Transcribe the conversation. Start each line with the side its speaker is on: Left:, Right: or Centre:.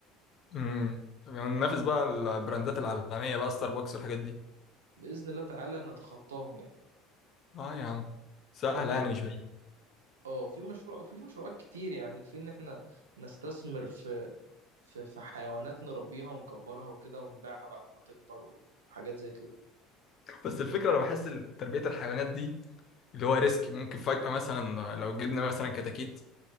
Left: امم طب يعني ننافس بقى البراندات العالميه بقى ستاربكس والحاجات دي
Right: بإذن الله تعالى نتخطاهم يعني
Left: اه يا عم سهله
Right: والله
Left: يعني مش بعيد
Right: اه في مشروع في مشروعات كتير يعني في ان احنا نستثمر في في في حيوانات نربيها ونكبرها وكده ونبيعها بعد ما تكبر وحاجات زي كده
Left: بس الفكرة أنا بحس ال- تربية الحيوانات دي اللي هو ريسك ممكن فجأة مثلا لو جبنا مثلا كتاكيت